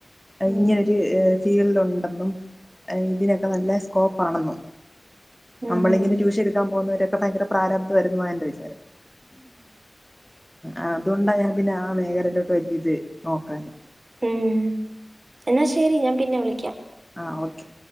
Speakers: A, on the right (about 60°); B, in the centre.
A: ഉം
B: ഇങ്ങനൊരു ഫീൽഡ് ഉണ്ടെന്നും ഇതിനൊക്കെ നല്ല സ്കോപ്പാണെന്നും
A: ഉം
B: നമ്മളിങ്ങനെ
A: ഉം
B: ട്യൂഷൻ എടുക്കാൻ പോകുന്നവരൊക്കെ ഭയങ്കര പ്രാരാബ്ധവായിരുന്നെന്ന എന്റെ വിചാരം ആഹ് അതുകൊണ്ടാ ഞാൻ പിന്നെ ആ മേഖലയിലോട്ട് വല്ല്യ ഇത് നോക്കാഞ്ഞെ
A: ഉം എന്നാ ശരി ഞാൻ പിന്നെ വിളിക്കാം
B: ആഹ് ഓക്കെ